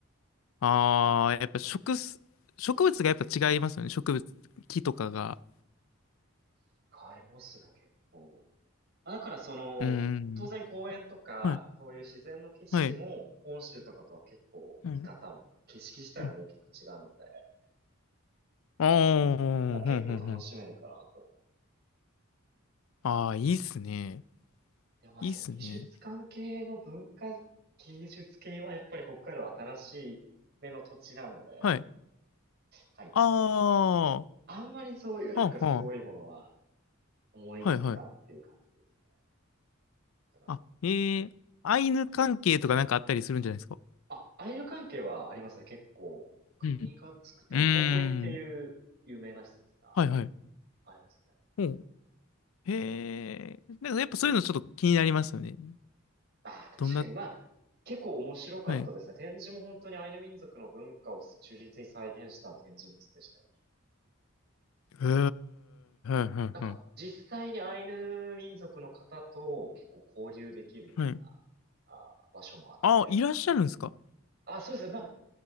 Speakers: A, on the left (about 80°); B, on the right (about 50°).
A: あー、やっぱ植す、植物がやっぱ違いますよね、植物、木とかが。
B: ね。違いますね、結構。だからその、
A: うーん。
B: 当然公園とか、
A: はい。
B: そういう自然の景色も、
A: はい。
B: 本州とかとは結構見方も、
A: うん。
B: 景色自体も大きく違うので、
A: うん。ああ、
B: なんか結構楽しめるかなと思う。
A: ふんふんふん。ああ、いいっすね。
B: でもまあその美術関係の文化、
A: いいっすね。
B: 芸術系はやっぱり北海道新しい目の土地なので、
A: はい。
B: 開拓が。
A: ああ、は
B: あんまりそういうなんかすごいものは、
A: あは
B: 思いつくかなっていう感じですね。
A: あ。はいはい。
B: だから、
A: あ、えーアイヌ関係とかなんかあったりするんじゃないですか。
B: あ、アイル関係はありますね。結構、国が作ったウポポイっていう有名な施設が
A: うん。うーん。はいはい。
B: ありますね。
A: おう。へえ。なんかやっぱそういうのちょっと気になりますよね。
B: ああ確かに。
A: どんな、
B: まあ、結構面白かったですね。
A: はい。へ
B: 展示も本当にアイヌ民族の文化を忠実に再現した展示物でしたり。
A: え、はいはいはい。
B: なんか、実際にアイヌ民族の方と結構交流できるような、
A: はい。
B: あー、場所もあって。
A: あいらっしゃるんですか。
B: あ、そうですね。まあ、